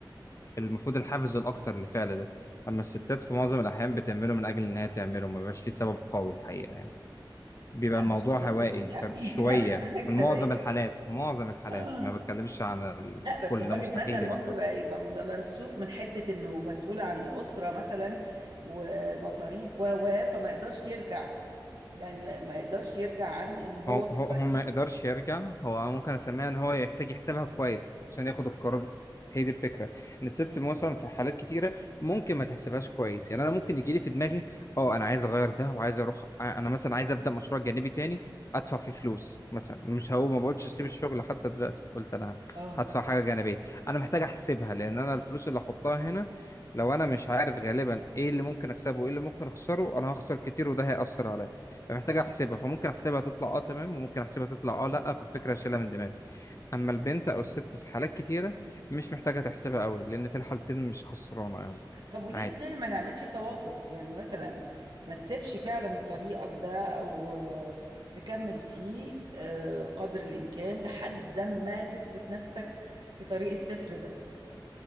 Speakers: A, on the left; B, on the right.
A: المفروض الحافز الاكتر لفعل ده اما الستات في معظم الاحيان بتعمله من اجل ان هي تعمله ما بيبقاش في سبب قوي الحقيقه يعني بيبقى
B: لا
A: الموضوع
B: مش للدرجه
A: هوائي
B: دي يعني
A: فشويه
B: <laughs> لا مش
A: في
B: لدرجه توائم.
A: معظم الحالات في معظم الحالات
B: اه
A: ما بتكلمش عن الكل
B: لا بس الراجل
A: ده مستحيل
B: مثلا ممكن
A: يبقى الكل
B: يبقى م- م- ممسوك من حتة انه مسؤول عن أسرة مثلا ومصاريف و و فما يقدرش يرجع يعني ما ما يقدرش يرجع عن ان هو
A: هو هو
B: دلوقتي
A: هو ما يقدرش يرجع هو ممكن اسميها ان هو يحتاج يحسبها كويس عشان ياخد القرار هي دي الفكره ان الست
B: مم.
A: مثلا في حالات كتيره ممكن ما تحسبهاش كويس يعني انا ممكن يجي لي في دماغي اه انا عايز اغير ده وعايز اروح آه، انا مثلا عايز ابدا مشروع جانبي تاني ادفع فيه فلوس مثلا مش هقول ما بقولش اسيب الشغل حتى دلوقتي قلت انا
B: اه
A: هدفع حاجه جانبيه انا محتاج احسبها لان انا الفلوس اللي احطها هنا لو انا مش عارف غالبا ايه اللي ممكن اكسبه وايه اللي ممكن اخسره انا هخسر كتير وده هيأثر عليا فمحتاج احسبها فممكن احسبها تطلع اه تمام وممكن احسبها تطلع اه لا
B: مم.
A: فالفكره اشيلها من دماغي اما البنت او الست في حالات كتيره مش محتاجه تحسبها قوي لان في الحالتين مش خسرانه قوي
B: طب وليه
A: عادي
B: صحيح ما نعملش توافق يعني مثلا ما تسيبش فعلا طريقك ده او آه، تكمل فيه آه، قدر الامكان لحد ما تثبت نفسك في طريق الصفر ده